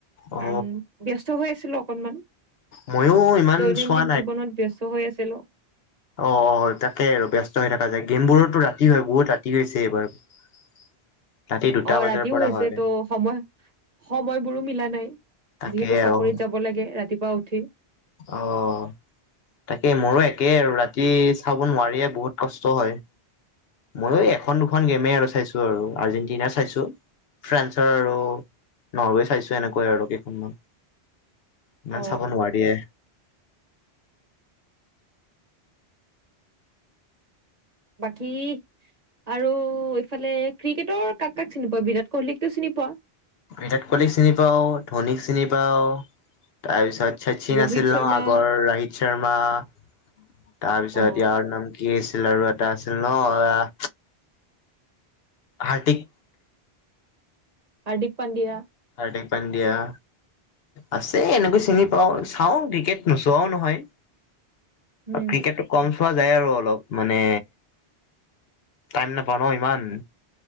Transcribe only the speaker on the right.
কাৰণ ব্যস্ত হৈ আছিলো অকনমান।
দৈনন্দিন
জীৱনত ব্যস্ত হৈ আছিলো।
অঁ,
ৰাতিও
হৈছে
ত' সময় সময়বোৰো মিলা নাই,
যিহেতু
চাকৰিত যাব লাগে ৰাতিপুৱা উঠি
অ
বাকী আৰু এইফালে ক্ৰিকেটৰ কাক কাক চিনি পোৱা? বিৰাট কোহলিকটো চিনি পোৱা।
ৰোহিত
শৰ্মা
অ
হাৰ্দিক পাণ্ডিয়া।
উম